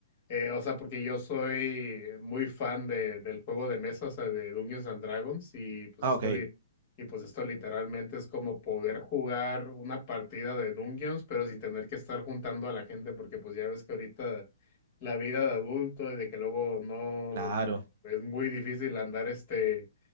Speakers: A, on the left (about 40°); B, on the right (about 50°).
A: Eh, o sea, porque yo soy muy fan de, del juego de mesa, o sea, de Dungeons and Dragons, y pues
B: Ah,
A: esto
B: ok.
A: li- y pues esto literalmente es como poder jugar una partida de Dungeons, pero sin tener que estar juntando a la gente, porque pues ya ves que ahorita la vida de adulto y de que luego no
B: Claro,
A: es muy difícil andar este